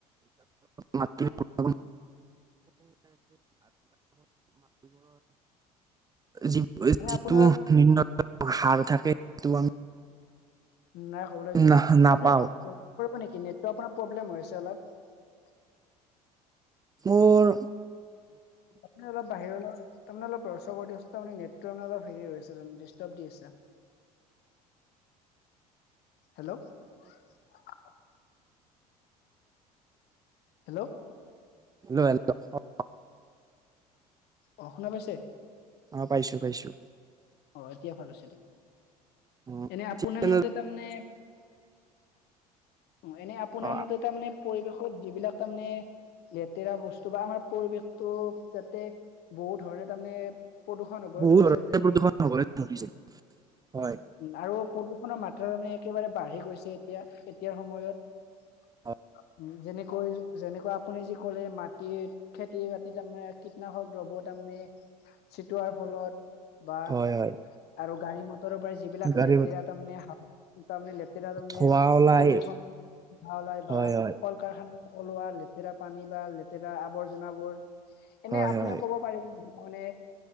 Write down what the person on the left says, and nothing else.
মানে আপোনাৰ
নাই সৰুলৈ ধৰি হৈছে
আপুনি এটা কাম কৰিব নেকি নেট। টো আপোনাৰ প্ৰব্লেম হৈছে আছে অলপ।
আপুনি অলপ বাহিৰলৈ। তাৰমানে অলপ লৰ চৰ কৰি দিয়া তাৰ মানে নেটটো অলপ হেৰি হৈ আছে ডিষ্টাৰ্ব দি আছে। হেল্ল'? হেল্ল?
অ, শুনা পাইছে?
অঁ, এতিয়া ভাল হৈছে দে।
এনে আপোনাৰ
মতে তা মানে। অ এনে আপোনাৰ
মতে তাৰ মানে পৰিৱেশ । যিবিলাক তাৰমানে লেতেৰা বস্তু বা আমাৰ পৰিৱেশতটো যাতে বহু ধৰণে তামানে। প্ৰদূষণ হ'বলৈ
ধৰিছে
যেনে
উম আৰু। প্ৰদূষণৰ মাত্ৰ ৰণে একেবাৰে বাঢ়ি গৈছে এতিয়া। তিয়াৰ সময়ত
যেনে। কৈ যেনেকৈ আপুনি যি কলে মাটিৰ খেতি বাতি তাৰমানে কীটনাশক দ্ৰব্য তাৰমানে ছিটোৱাৰ ফলত। বা
আৰু। গাড়ী মত- ৰৰ পৰা যিবিলাক
লেতেৰা তা তামানে লেতেৰা তামানে।
বৰষুণ ভাল বা
কল কাৰখানা হলোৱা লেতেৰা পানী বা লেতেৰা আৱৰ্জনাবোৰ। এনে
আপুনি
কব পাৰিব নেকি? অ মানে